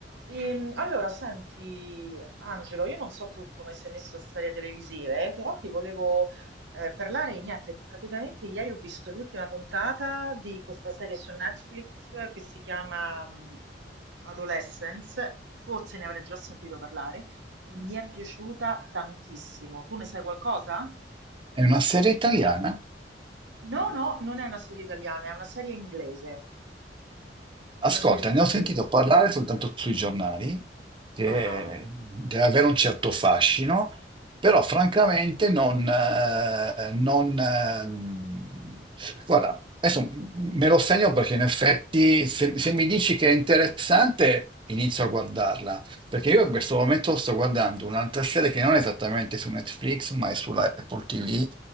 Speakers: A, on the right; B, on the right.
A: Ehm, allora, senti, Angelo, io non so tu come sei messo a storie televisive, eh, però ti volevo eh, parlare di niente, che praticamente ieri ho visto l'ultima puntata di questa serie su Netflix che si chiama mm, Adolescence, forse ne avrai già sentito parlare, e mi è piaciuta tantissimo. Tu ne sai qualcosa?
B: È una serie italiana?
A: No, no, non è una serie italiana, è una serie inglese,
B: Ascolta,
A: una serie
B: ne
A: inglese.
B: ho sentito parlare soltanto sui giornali, che
A: Ah, ah,
B: deve avere un certo fascino, però francamente
A: concordo.
B: non... eh, non, ehm, guarda, adesso me lo segno perché in effetti se, se mi dici che è interessante, inizio a guardarla, perché io in questo momento sto guardando un'altra serie che non è esattamente su Netflix, ma è sulla Apple TV,